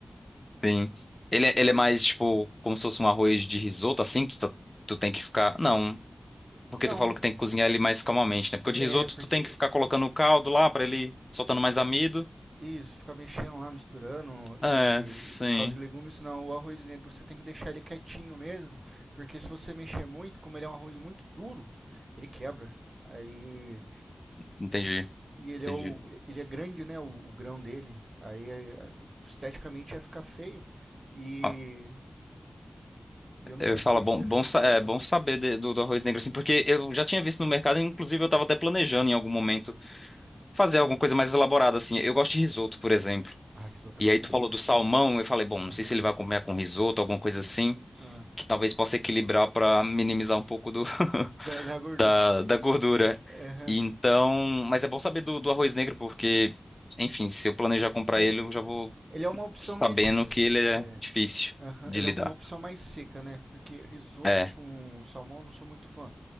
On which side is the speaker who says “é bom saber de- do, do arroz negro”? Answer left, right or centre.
Left